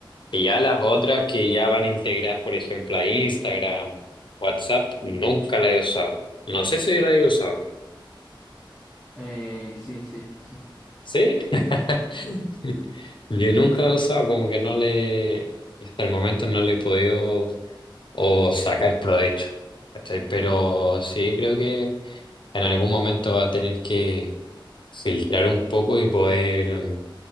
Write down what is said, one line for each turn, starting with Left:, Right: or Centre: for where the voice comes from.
Left: Y ya las otras que ya van integradas, por ejemplo, a Instagram, WhatsApp, nunca la he usado. No sé si la he usado.
Centre: Eh, sí, sí, sí,
Left: ¿Sí? <laughs>
Centre: sí,
Left: Yo nunca la he usado, como que no le, hasta el momento no le he podido o sacar provecho, ¿cachai? Pero
Centre: Mm,
Left: sí, creo que en algún momento va a tener que filtrar un poco y poder